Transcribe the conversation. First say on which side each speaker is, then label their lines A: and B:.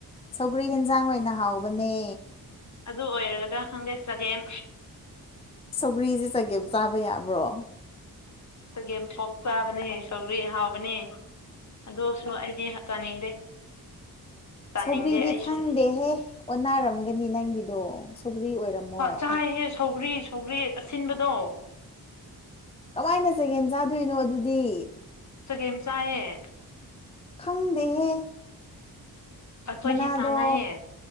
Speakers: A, on the left (about 15°); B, on the left (about 45°).
A: ꯁꯧꯒ꯭ꯔꯤ ꯌꯦꯟꯁꯥꯡ ꯑꯣꯏꯅ ꯍꯥꯎꯕꯅꯦ
B: ꯑꯗꯨ ꯑꯣꯏꯔꯒꯗ꯭ꯔ ꯈꯪꯗꯦ ꯆꯒꯦꯝ
A: ꯁꯧꯒ꯭ꯔꯤꯁꯦ ꯆꯒꯦꯝ ꯆꯥꯕ ꯌꯥꯕ꯭ꯔꯣ
B: ꯆꯒꯦꯝ ꯄꯣꯛ ꯆꯥꯕꯅꯦ ꯁꯧꯒꯔꯤ ꯍꯥꯎꯕꯅꯦ ꯑꯗꯨꯁꯨ ꯑꯩꯗꯤ ꯆꯥꯅꯤꯡꯗꯦ ꯆꯥꯅꯤꯡꯗꯦ
A: ꯁꯧꯒ꯭ꯔꯤꯗꯤ
B: ꯑꯩꯁꯨ
A: ꯈꯪꯗꯦꯍꯦ ꯑꯣꯟ ꯅꯥꯔꯝꯒꯅꯤ ꯅꯪꯒꯤꯗꯣ ꯁꯧꯒ꯭ꯔꯤ ꯑꯣꯏꯔꯝꯃꯣꯏ
B: ꯆꯥꯏꯍꯦ ꯁꯧꯒ꯭ꯔꯤ ꯁꯧꯒ꯭ꯔꯤ ꯑꯁꯤꯟꯕꯗꯣ
A: ꯀꯃꯥꯏꯅ ꯆꯒꯦꯝ ꯆꯥꯗꯣꯏꯅꯣ ꯑꯗꯨꯗꯤ
B: ꯆꯥꯒ‌ꯦꯝ ꯆꯥꯏꯌ‌ꯦ
A: ꯈꯪꯗꯦꯍꯦ
B: ꯑꯣꯈ‌ꯣꯏꯗꯤ
A: ꯃꯅꯥꯗꯣ
B: ꯆꯥꯅꯩꯌ‌ꯦ